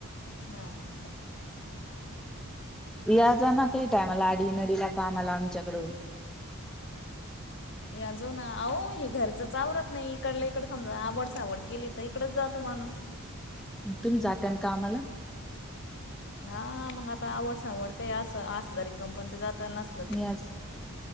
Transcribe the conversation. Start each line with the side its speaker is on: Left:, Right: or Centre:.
Left: हा हा.
Centre: याज ना काही टायमला आडी नडीला कामला आमच्याकड
Left: याजो ना अहो हे घरचंच आवरत नाही इकडला इकड समजा आवड सावड केली तर इकडच जातो माणूस
Centre: तुम्ही जाता कामाला
Left: हा मग आता आवड सावड काही असल असल तर पण जाते जात नसल
Centre: मी अज